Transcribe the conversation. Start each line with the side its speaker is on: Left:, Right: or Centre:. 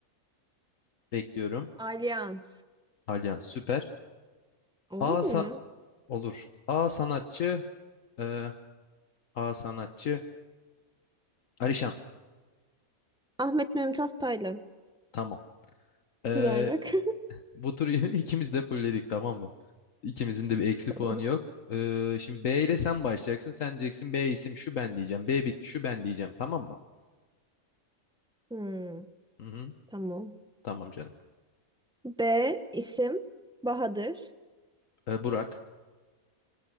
Left: Bekliyorum.
Centre: Alyans.
Left: Alyan süper.
Centre: Olur
Left: A sa-
Centre: mu ya?
Left: olur. A sanatçı. e, A sanatçı. Alişan.
Centre: Ahmet Mümtaz Taylan. <laughs>
Left: Tamam. E,
Centre: Ne alaka? <laughs>
Left: bu turu <laughs> ikimiz de fulledik tamam mı? İkimizin de bir eksi
Centre: Tamam.
Left: puanı yok. E, şimdi B ile sen başlayacaksın. Sen diyeceksin B isim şu ben diyeceğim. B bitki şu ben diyeceğim. Tamam mı?
Centre: Hmm,
Left: Hı hı.
Centre: tamam.
Left: Tamam canım.
Centre: B isim Bahadır.
Left: E, Burak.